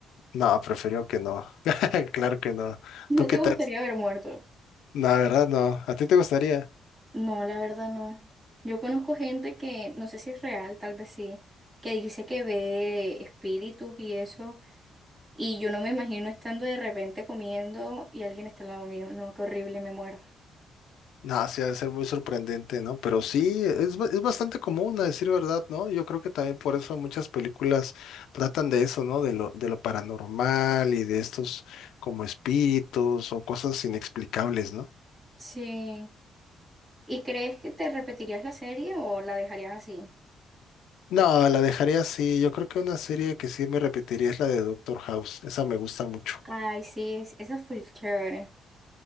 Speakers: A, on the left; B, on the right.
A: No, prefiero que no. <laughs> Claro que no.
B: <laughs> ¿No
A: ¿Tú qué
B: te gustaría
A: tal?
B: ver muertos?
A: La verdad, no. ¿A ti te gustaría?
B: No, la verdad no. Yo conozco gente que, no sé si es real, tal vez sí, que dice que ve espíritus y eso, y yo no me imagino estando de repente comiendo y alguien está al lado mío. No, qué horrible, me muero.
A: No, sí, ha de ser muy sorprendente, ¿no? Pero sí, es, ba- es bastante común, a decir verdad, ¿no? Yo creo que también por eso muchas películas tratan de eso, ¿no? De lo, de lo paranormal y de estos como espíritus o cosas inexplicables, ¿no?
B: Sí. ¿Y crees que te repetirías la serie o la dejarías así?
A: No, la dejaría así. Yo creo que una serie que sí me repetiría es la de Doctor House. Esa me gusta mucho.
B: Ay, sí, es- esa es full chévere,